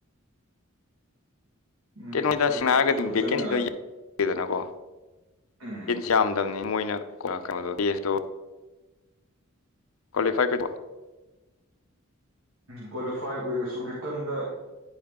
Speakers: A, on the right; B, on the left.
A: ꯎꯝ
B: ꯀꯩꯅꯣꯗ
A: ꯀ꯭ꯋꯥꯂꯤꯐꯥꯏꯁꯨ
B: ꯁꯦꯡꯅ ꯍꯥꯏꯔꯒꯗꯤ
A: ꯐꯖꯅ
B: ꯚꯦꯀꯦꯟꯁꯤꯗꯣ ꯌꯥꯗꯦꯗꯅꯀꯣ
A: ꯎꯝ
B: ꯌꯥꯝꯗꯝꯅꯤ ꯃꯣꯏꯅ ꯀꯩꯅꯣ ꯗꯦꯁꯇꯣ ꯀ꯭ꯋꯥꯂꯤꯐꯥꯏ ꯀ
A: ꯀ꯭ꯋꯥꯂꯤꯐꯥꯏ ꯑꯣꯏꯔꯁꯨ ꯔꯤꯇꯟꯗ